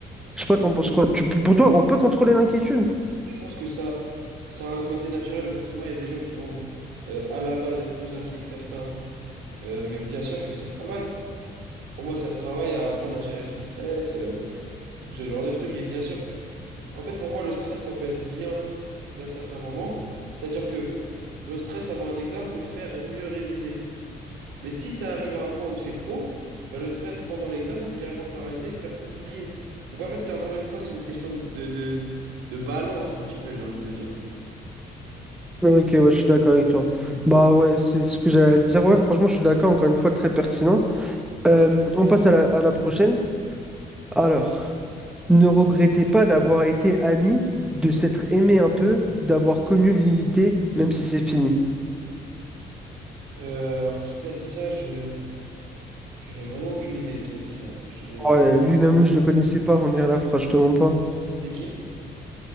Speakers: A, in the centre; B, on the right (about 80°).
A: Je
B: Je
A: sais pas, t'en
B: pense
A: penses
B: que,
A: quoi? Tu, peux- pour toi, on peut contrôler l'inquiétude?
B: je pense que ça, ça a un côté naturel où forcément il y a des gens qui vont euh, à la base être plus inquiets que certains. Euh, mais bien sûr que ça se travaille. Pour moi, ça se travaille à apprendre à gérer son stress, euh, tout ce genre de trucs. Et bien sûr que, en fait, pour moi, le stress, ça peut être bien d'un certain moment. C'est-à-dire que le stress avant un examen peut te faire mieux réviser. Mais si ça arrive à un point où c'est trop, bah, le stress pendant l'examen peut carrément te paralyser, te faire tout oublier. Donc en fait, c'est encore une fois, c'est une question de, de, de balance un petit peu, j'ai envie de te dire.
A: Ok, ouais, je suis d'accord avec toi.
B: Mm.
A: Bah ouais, c'est ce que j'allais dire. Ouais, franchement, je suis d'accord, encore une fois, très pertinent. Euh, on passe à la, à la prochaine. Alors, ne regrettez pas d'avoir été ami, de s'être aimé un peu, d'avoir connu l'unité, même si c'est fini.
B: Euh, alors, qui t'a dit ça? Je, j'en ai vraiment aucune idée de qui a dit ça. Je te dis avec.
A: Ouais, lui-même, je le connaissais pas, on dirait la phrase, je te mens pas.
B: C'était qui?